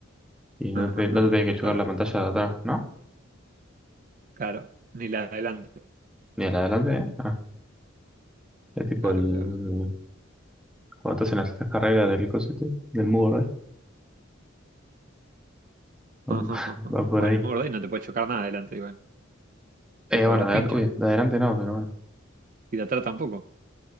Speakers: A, in the centre; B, on the right (about 40°).
A: y no
B: <laughs>
A: te, no te tienen que chocar
B: Claro,
A: la pantalla de atrás, ¿no?
B: claro. Ni la de adelante.
A: Ni a la de adelante, ¿eh? Ah, es tipo
B: Claro,
A: el...
B: claro.
A: cuando te hacen las, las carreras del cosete, del muro, ¿eh? Va,
B: <laughs>
A: <laughs> va por
B: Bueno,
A: ahí.
B: me acordé y no te puede chocar nada adelante igual.
A: Eh,
B: Tipo
A: bueno,
B: los
A: adelante,
B: pinchos.
A: uy, de adelante no, pero bueno.
B: Y de atrás tampoco.